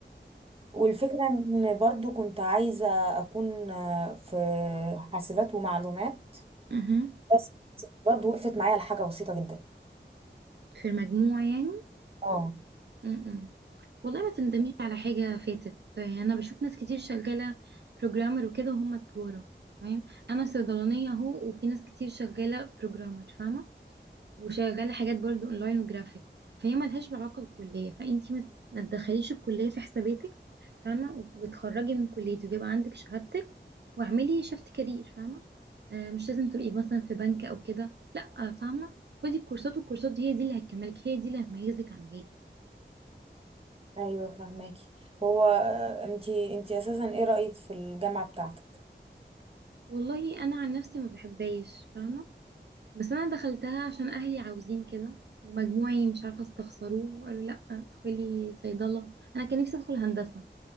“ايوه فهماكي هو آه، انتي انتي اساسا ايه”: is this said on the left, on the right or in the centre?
Right